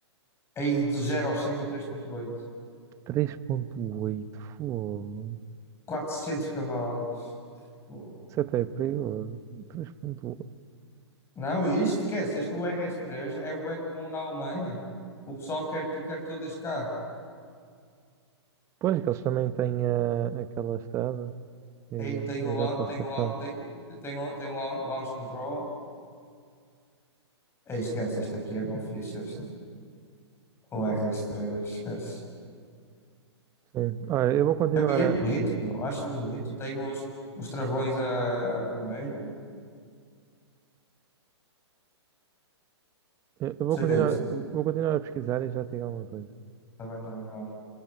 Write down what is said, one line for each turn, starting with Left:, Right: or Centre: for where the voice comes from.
Left: Aí do zero ao 100 em três vírgula oito
Right: três ponto oito fogo.
Left: quatrocentos cavalos. Pô.
Right: Isso até é perigoso. três ponto oito
Left: Não, e isto esquece. Este o rs três é bem comum na Alemanha. O pessoal quer, tu- quer todo este carro.
Right: Pois, que eles também têm a, aquela estrada e,
Left: Aí tem
Right: e
Left: o, lan-
Right: dá para
Left: tem
Right: sapar.
Left: o, lan- tem, tem, o- tem o lan- launch control. Aí esquece, este aqui é bem fixe. Este. O RS3, esquece.
Right: Sim. Olha, eu vou continuar
Left: É, e é
Right: a,
Left: bonito, meu, acho bonito. Tem os, os travões a, a vermelho.
Right: eu eu vou
Left: Deixa
Right: continuar,
Left: eu ver.
Right: eu vou continuar a pesquisar e já te digo alguma coisa.
Left: Tá bem, tá bem.